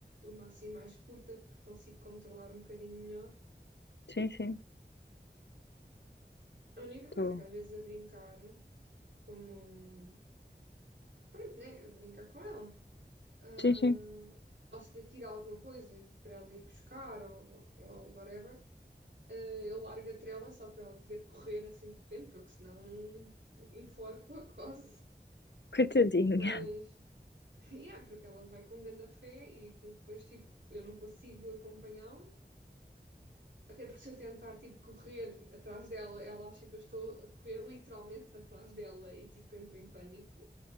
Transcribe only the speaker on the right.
uma assim mais curta, que consigo controlar um bocadinho melhor.
A única
coisa que às vezes a brincar, como, pronto, né, a brincar com ela. ah,
ou se lhe tira alguma coisa para ela ir buscar ou, ou whatever, ah, eu largo a trela só para ela poder correr assim de repente, porque senão enforco-a <laughs> quase.
Mas, é, yeah, porque ela vai com grande fé e aquilo depois, tipo, eu não consigo acompanhá-la. Até porque se eu tentar, tipo, correr atrás dela, ela acha que eu estou a correr literalmente atrás dela e, tipo, entra em pânico.